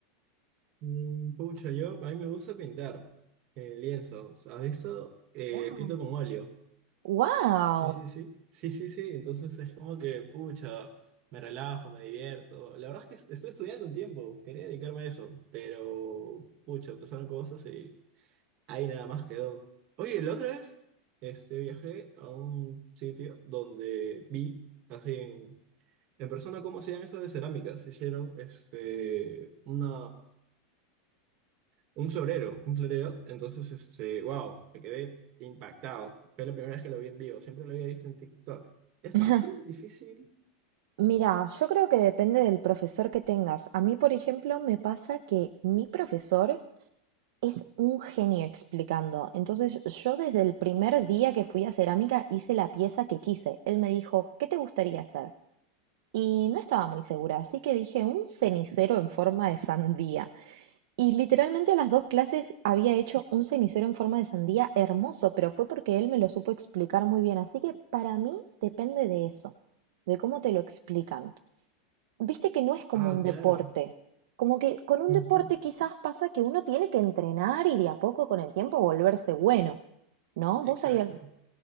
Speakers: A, on the right; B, on the right.
A: Mm, pucha, yo, a mí me gusta pintar en lienzos. A veces eh,
B: Wow.
A: pinto con óleo.
B: ¡Wow!
A: Sí, sí, sí. Sí, sí, sí. Entonces es como que, pucha, me relajo, me divierto. La verdad es que estoy estudiando un tiempo, quería dedicarme a eso, pero, pucha, pasaron cosas y... Ahí nada más quedó. Oye, la otra vez este, viajé a un sitio donde vi, así en, en persona, cómo hacían eso de cerámicas. Hicieron este, una, un florero, un florero. Entonces, este, wow, me quedé impactado. Fue la primera vez que lo vi en vivo. Siempre lo había visto en TikTok. ¿Es
B: <laughs>
A: fácil? ¿Difícil?
B: Mira, yo creo que depende del profesor que tengas. A mí, por ejemplo, me pasa que mi profesor es un genio explicando. Entonces, yo desde el primer día que fui a cerámica hice la pieza que quise. Él me dijo, ¿qué te gustaría hacer? Y no estaba muy segura, así que dije un cenicero en forma de sandía. Y literalmente a las dos clases había hecho un cenicero en forma de sandía hermoso, pero fue porque él me lo supo explicar muy bien. Así que para mí depende de eso, de cómo te lo explican. Viste que no es como
A: Ah,
B: un
A: claro.
B: deporte. Como que con un
A: Ujú,
B: deporte quizás pasa que uno tiene que entrenar y de a poco con el tiempo volverse bueno, ¿no?
A: Exacto.
B: ¿Vos ahí al-